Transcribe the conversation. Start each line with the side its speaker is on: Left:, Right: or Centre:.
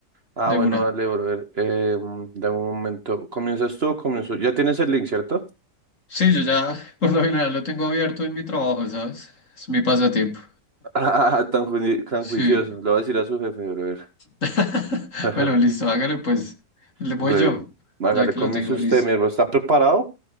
Right: Ah,
Left: De
Right: bueno,
Left: una.
Right: dale, brother. Eh, mm, dame un momento. ¿Comienzas tú o comienzo? Ya tienes el link, ¿cierto?
Left: Sí, yo ya <laughs> por lo general lo tengo abierto en mi trabajo, ¿sabes? Es mi pasatiempo.
Right: <laughs> Ah, tan, ju- tan
Left: Sí.
Right: juicioso. Le voy a decir a su jefe, brother.
Left: <laughs>
Right: <laughs>
Left: Bueno, listo, hágale pues. Le voy
Right: Breve.
Left: yo,
Right: Hágale,
Left: ya que
Right: comienza
Left: lo tengo
Right: usted,
Left: listo.
Right: mierda. ¿Está preparado?